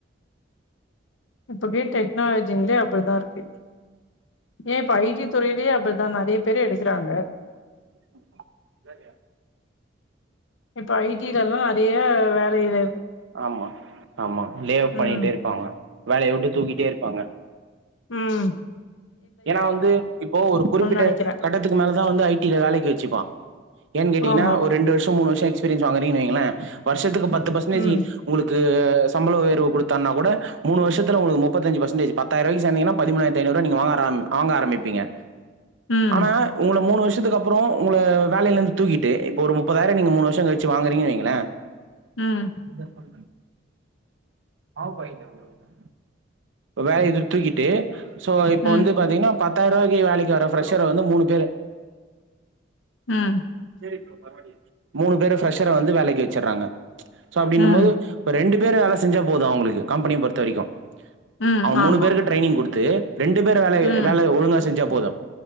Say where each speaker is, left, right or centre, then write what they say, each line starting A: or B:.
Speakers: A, on the left; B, on the right.
A: இப்பகே டெக்னாலஜிங்லே அப்டிதா இருக்கு. ஏ பைஜி தொறயிலே அப்டிதா நறய பேரு எடு. க்கராங்க.
B: <unintelligible>
A: இப்ப ஐடில எல்லா அதே வேலயில.
B: ஆமா ஆமா லேப்பாய்ண்டே
A: ம்.
B: இருப்பாங்க வேலய வுட்டு தூக்கிட்டே இருப்பாங்க.
A: உம்.
B: ஏனா வந்து இப்போ ஒரு குறுப்பிட்ட
A: நெனைக்கிறேன்.
B: கட்டத்துக்கு மேலதா வந்து ஐடி வேலக்கி வச்சுப்பா. ஏன் கேட்டீங்னா
A: ஆமா.
B: ஒரு ரெண்டு வருஷோ மூணு வருஷோ எக்ஸ். ஃப்ரீன்ஸ் வாங்றீங்கனு வைங்களே வர்ஷத்துக்கு. பத்து பர்சன்டேஜ்
A: ம்.
B: ஒங்ளுக்கு. சம்பள ஒயர்வு கொடுத்தானகூட மூணு வர்ஷத்ல ஒங்களுக்கு முப்பத்தஞ்சு பர்சன்டேஜ் பத்தாயிரவாய்கு சேந்திங்கனா பதிமூனாய்ரத்தி ஐநூறுவா நீங்க வாங்க. ஆம் ஆங்க ஆரமிப்பீங்க.
A: ம்.
B: ஆனா உங்கள மூணு வர்ஸ். த்துக்கு அப்பறோ உங்கள வேலயிலிருந்து தூக்கிட்டு இப்ப ஒரு முப்பதாயிர நீங்க மூணு வர்ஷோ கழுச்சு வாங்குரீங்கன்னு வைங்களே.
A: ம்.
B: <unintelligible> மாவு பாக்கெட். <unintelligible> ஒரு வேல இது தூக்கிட்டு. சோ இப்ப
A: ம்.
B: வந்து பாத்தீங்கனா. பத்தாய்ரூவாய்க்கு வேலக்கி வர ஃப்ரெஷ்சர வந்து மூணு பேரு.
A: உஹம்.
B: சேரி ப்ரோ <unintelligible> மூணு பேரு ஃப்ரெஷ்சர வந்து வேலக்கி வச்றாங்க. ம்ச் சோ அப்டின்னும்
A: ம்.
B: போது ரெண்டு. வேற வேல செஞ்சா போது அவுங்ளுக்கு கம்பினி பொறுத்தவரிக்கு.
A: ம்
B: அவ மூணு
A: ஆமா.
B: பேருக்கு ட்ரைனிங் குடு. து. ரெண்டு பேர வேலை
A: ம்,
B: வேல ஒழுங்கா செஞ்சாப். போது